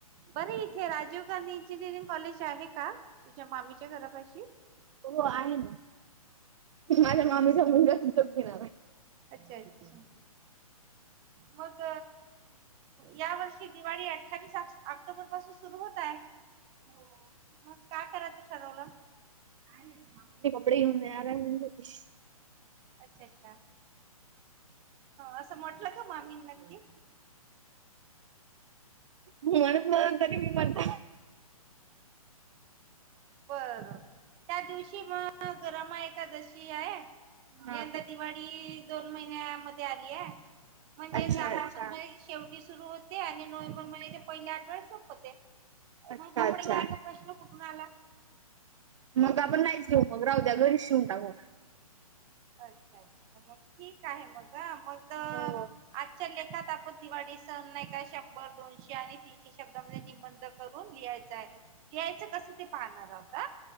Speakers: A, on the right; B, on the right.
A: बर इथे राजीव गांधी इंजिनिअरिंग कॉलेज आहे का तुझ्या मामीच्या घरापाशी.
B: हो आहे ना माझ्या मामीचा मुलगा तिथेच घेणार आहे.
A: अच्छा अच्छा. मग या वर्षी दिवाळी अठ्ठावीस ऑक्टोबर पासून सुरु होत आहे. हो मग काय करायचं ठरवलं काय नाय म.
B: अपऊ आ
A: अच्छा अच्छा. असं म्हटलं का मामीन नक्की.
B: मी म्हणत तरी मी तरी मी म्हणत.
A: बरं त्या दिवशी मग रमा एकादशी आहे.
B: हा.
A: यंदा दिवाळी दोन महिन्या मध्ये आलीय. म्हणजेच
B: अच्छा
A: ऑक्टोबर
B: अच्छा.
A: महिन्याच्या शेवटी सुरू होते आणि नोव्हेंबर महिन्याच्या पहिल्या आठवड्या संपते.
B: अच्छा
A: मग कपडे
B: अच्छा.
A: घ्यायचा प्रश्न कुठून आला.
B: मग आपण नाहीच घेऊ मग राहू द्या घरीच शिवून टाकू.
A: अच्छा अच्छा मग ठीक आहे मग मग.
B: हो.
A: आजच्या लेखात आपण दिवाळी सण नाही का शंभर दोनशे आणि तीन ते शब्दामध्ये निबंध करून लिहायच आहे लिहायचं कस ते पाहणार आहात का?